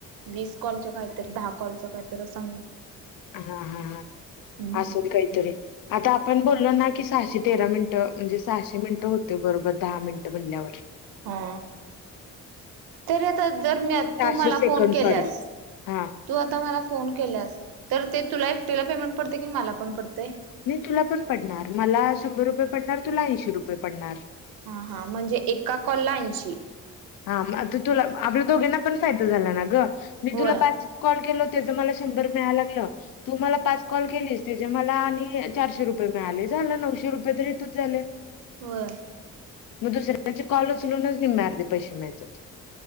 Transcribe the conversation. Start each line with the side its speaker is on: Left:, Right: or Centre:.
Right: वीस कॉलच काहीतरी दहा कॉलचं काहीतरी सां
Left: हा हा ह
Right: हम्म.
Left: असून काहीतरी आता आपण बोललो ना की सहाशे तेरा मिनिटं म्हणजे सहाशे मिनिट होते बरोबर दहा मिनिटं म्हणल्यावर
Right: हा ते आता ी
Left: सहाशे
Right: तू मला
Left: सेकंड
Right: फोन केल्यास
Left: सॉरी हा
Right: तू आता मला फोन केस तुला एकटीला पेमंट पडते कि मला पण पडतय
Left: नाही तुला पण पडणार मला शंभर रुपये पडणार तुला ऐंशी रुपये पडणार
Right: हा हा म्हणजे एका कॉलला ऐशी
Left: हा आता तुला आपल्या दोघांना पण फायदा झाला ना ग मी
Right: होय
Left: तुला पाच कॉल केल त्या मला शंभर मिळा लाग तू मला पाच कॉल केलीस त्या मला आणि चारशे रुपये मिळालेस झालं नऊशे रुपये तररी इथूच झाले
Right: होर
Left: मग दुसऱ्यांचे कॉल उचलूनच निमम्या अर्धे पैसे मिळतात